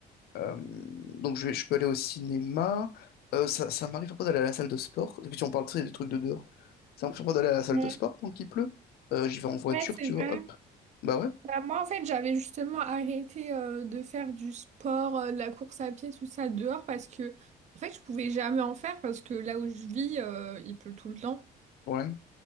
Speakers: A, on the left; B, on the right.
A: Euh, donc, je, vais- je peux aller au cinéma. Euh, ça ça m'arrive parfois d'aller à la salle de sport. Et puis, si on parle tu sais, des trucs de dehors. Ça m'arrive parfois d'aller à la salle
B: Ouais,
A: de sport quand il pleut. Euh, j'y vais en voiture,
B: ouais, c'est
A: tu
B: vrai.
A: vois. Hop. Bah ouais.
B: Bah, moi, en fait, j'avais justement arrêté euh, de faire du sport, euh, de la course à pied, tout ça dehors parce que, en fait, je pouvais jamais en faire parce que là où je vis, euh, il pleut tout le temps.
A: Ouais.